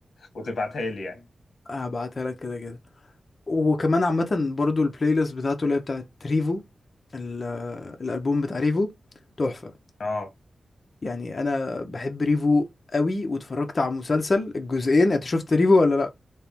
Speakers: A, on the left; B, on the left.
A: وتبعتها لي يعني
B: هبعتها لك كده كده وكمان عامة برضو البلاي ليست بتاعته اللي هي بتاعت ريفو ال- الألبوم بتاع ريفو تحفة
A: اه
B: يعني أنا بحب ريفو أوي واتفرجت على مسلسل الجزئين أنت شفت ريفو ولا لأ؟